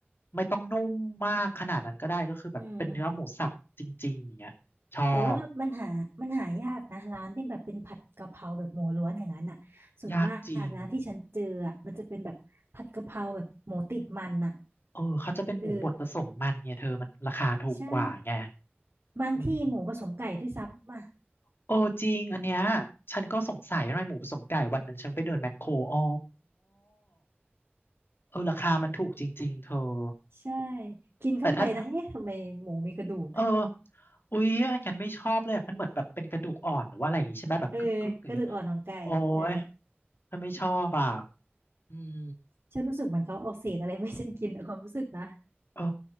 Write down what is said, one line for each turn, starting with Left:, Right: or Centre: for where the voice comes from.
Left: ไม่ต้องนุ่มมากขนาดนั้นก็ได้ก็คือแบบเป็นเนื้อหมูสับจริงๆอย่างเงี้ยชอบ
Right: อืม แต่ว่ามันหามันหายากนะร้านที่แบบเป็นผัดกะเพราแบบหมูล้วนอย่างนั้นอ่ะส่วนมากนะที่ฉันเจออ่ะมันจะเป็นแบบผัดกะเพราแบบหมูติดมันอ่ะ
Left: ยากจริงเออเขาจะเป็นหมูบดผสมมันเนี่ยเธอมันราคาถูกกว่าไง
Right: เออใช่บางที่หมูผสมไก่ด้วยซ้ำอ่ะ
Left: อืม โอ้จริงอันเนี้ยฉันก็สงสัยทำไมหมูผสมไก่วันหนึ่งฉันไปเดินแมคโครอ๋อเออราคามันถูกจริงๆเธอ
Right: ใช่กินเข้าไปนะเอ๊ะทำไมหมูมีกระดูก
Left: แต่ถ้าเอออุ๊ยอันนั้นไม่ชอบเลยอะมันเหมือนแบบเป็นกระดูกอ่อนหรือว่าอะไรอย่างงี้ใช่ไหมแบบกึกกึกอย่างเงี้ย
Right: เออกระดูกอ่อนของไก่ใช่
Left: โอ้ยฉันไม่ชอบอ่ะอืม
Right: ฉันรู้สึกเหมือนเขาเอาเศษอะไรไม่ฉันกินอะความรู้สึกนะ
Left: เออ